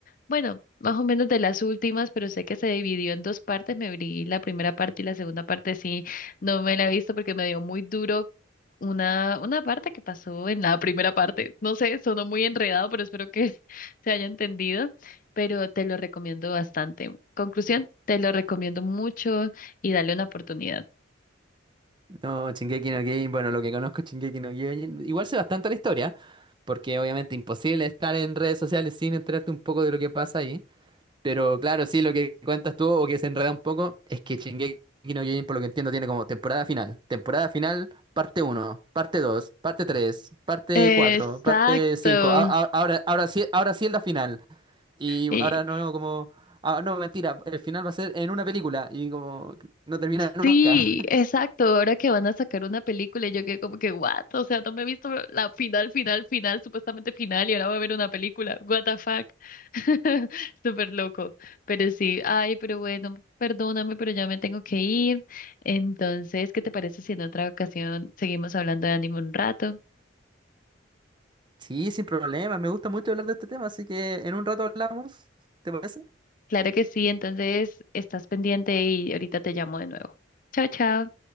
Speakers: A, on the left (about 45°); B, on the right (about 25°).
A: bueno, más o menos de las últimas, pero sé que se dividió en dos partes. Me vi la primera parte y la segunda parte sí, no me la he visto porque me dio muy duro una, una parte que pasó en la primera parte. No sé, sonó muy enredado, pero espero que <laughs> se haya entendido. Pero te lo recomiendo bastante. Conclusión, te lo recomiendo mucho y dale una oportunidad.
B: No, Shingeki no Kyojin, bueno, lo que conozco es Shingeki no Kyojin, igual sé bastante la historia, porque obviamente imposible estar en redes sociales sin enterarte un poco de lo que pasa ahí, pero claro, sí, lo que cuentas tú o que se enreda un poco es que Shingeki no Kyojin, por lo que entiendo, tiene como temporada final, temporada final, parte uno. parte dos. parte tres. parte
A: Exacto.
B: cuatro. parte 5, ahora, ahora sí, ahora sí es la final, y
A: y
B: ahora no, como, ah, no, mentira, el final va a ser en una película, y como, no termina nunca.
A: Sí, exacto. Ahora que van a sacar una película, y yo quedé como que, what? O sea, no me he visto la final, final, final, supuestamente final, y ahora voy a ver una película. What the fuck. <laughs> Súper loco. Pero sí, ay, pero bueno, perdóname, pero ya me tengo que ir. Entonces, ¿qué te parece si en otra ocasión seguimos hablando de anime un rato?
B: Sí, sin problema. Me gusta mucho hablar de este tema, así que en un rato hablamos. ¿Te parece?
A: Claro que sí, entonces estás pendiente y ahorita te llamo de nuevo. Chao, chao.